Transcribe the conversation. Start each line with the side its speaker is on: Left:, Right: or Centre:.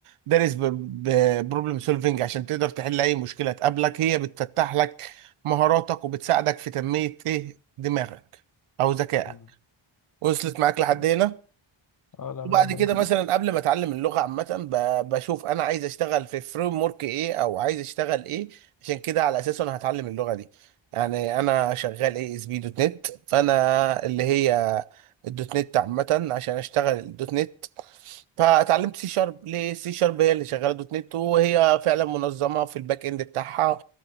Right: دارس ببروبلم سولفنج عشان تقدر تحل أي مشكلة تقابلك هي بتفتح لك مهاراتك وبتساعدك في تنمية إيه دماغك أو ذكائك
Left: امم
Right: وصلت معاك لحد
Left: تمام
Right: هنا؟
Left: اه لا
Right: وبعد
Left: مية مية
Right: كده مثلا قبل ما اتعلم اللغه عامه ب- بشوف انا عايز اشتغل في فريم ورك ايه او عايز اشتغل ايه عشان كده على اساسه انا هتعلم اللغه دي يعني انا شغال اي اس بي دوت نت فانا اللي هي الدوت نت عامه عشان اشتغل الدوت نت فاتعلمت سي شارب ليه سي شارب هي اللي شغاله دوت نت وهي فعلا منظمه في الباك اند بتاعها